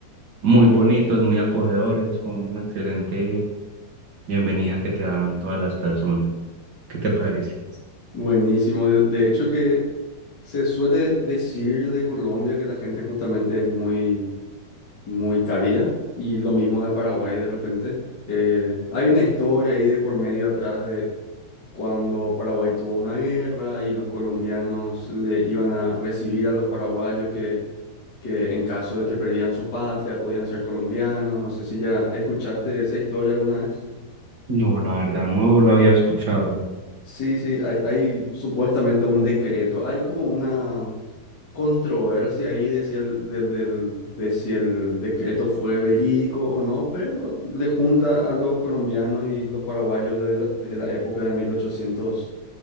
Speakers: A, on the right; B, on the left.
A: muy bonitos, muy acogedores, con una excelente bienvenida que te dan todas las personas. ¿Qué te parece?
B: Buenísimo. De de hecho que se suele decir de Colombia que la gente justamente es muy, muy cálida y lo mismo de Paraguay de repente. Eh, hay una historia ahí de por medio atrás de cuando Paraguay tuvo una guerra y los colombianos le iban a recibir a los paraguayos que, que en caso de que perdían su patria podían ser colombianos. No sé si ya escuchaste esa historia alguna
A: No, la verdad no lo había escuchado.
B: Sí, sí, hay, hay supuestamente un decreto. Hay como una controversia ahí de si el, del- del- de si el decreto fue verídico o no, pero le junta a los colombianos y los paraguayos desde la, desde la época de mil ochocientos